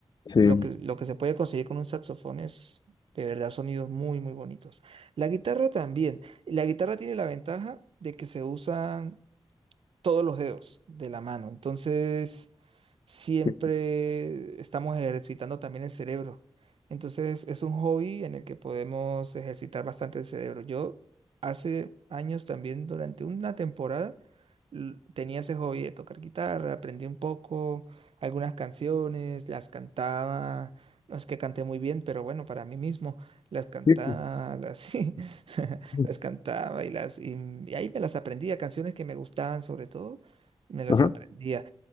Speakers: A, on the left (about 50°); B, on the right (about 80°).
A: sí.
B: Lo que, lo que se puede conseguir con un saxofón es de verdad sonidos muy, muy bonitos. La guitarra también. La guitarra tiene la ventaja de que se usa todos los dedos de la mano. Entonces, siempre
A: Sí,
B: estamos ejercitando también el cerebro. Entonces, es un hobby en el que podemos ejercitar bastante el cerebro. Yo hace años también, durante una temporada, l- tenía ese hobby de tocar guitarra, aprendí un poco algunas canciones, las cantaba. No es que canté muy bien, pero bueno, para mí mismo, las cantaba,
A: sí,
B: así. <laughs>
A: sí.
B: las cantaba y las y, y ahí me las aprendía, canciones que me gustaban sobre todo, me las
A: ajá.
B: aprendía.